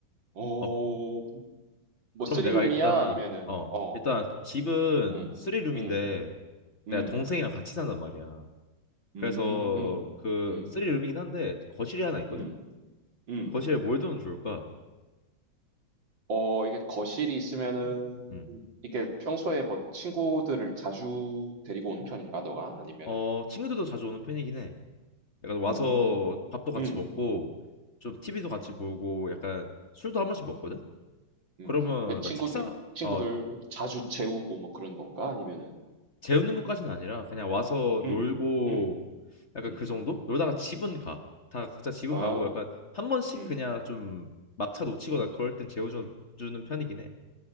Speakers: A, on the right; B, on the left.
A: 어
B: 어,
A: 뭐
B: 그러면
A: 쓰리
B: 내가
A: 룸이야?
B: 일단
A: 아니면은
B: 어,
A: 어
B: 일단 집은
A: 음.
B: 쓰리룸인데
A: 음. 음.
B: 내가 동생이랑 같이 산단 말이야. 그래서
A: 음 음.
B: 그쓰리룸이긴
A: 음.
B: 한데 거실이 하나 있거든?
A: 음. 음.
B: 거실에 뭘 두면 좋을까?
A: 어 이게 거실이 있으면은
B: 음.
A: 이게 평소에 뭐 친구들을 자주 데리고 온 편인가 너가? 아니면은
B: 어, 친구들도 자주 오는 편이긴 해. 약간 와서
A: 음.
B: 밥도 같이
A: 음.
B: 먹고 좀 TV도 같이
A: 음.
B: 보고 약간 술도 한 번씩 먹거든?
A: 음. 음.
B: 그러면
A: 왜 친구들
B: 나 책상
A: 친구들
B: 어
A: 자주 재우고 뭐 그런 건가? 아니면은
B: 재우는 것까지는 아니라 그냥 와서
A: 음.
B: 놀고
A: 음.
B: 약간
A: 음.
B: 그 정도? 놀다가 집은 가. 다 각자 집은
A: 아.
B: 가고 약간 한 번씩
A: 음.
B: 그냥 좀 막차 놓치거나
A: 음.
B: 그럴 땐 재워주는 편이긴 해.